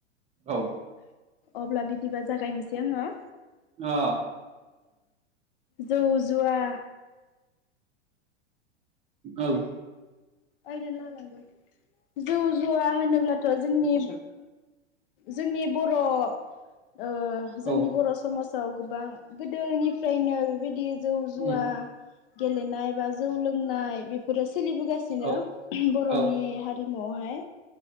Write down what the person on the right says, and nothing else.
औ
अ
औ
<inaudible>
औ
उम
औ
औ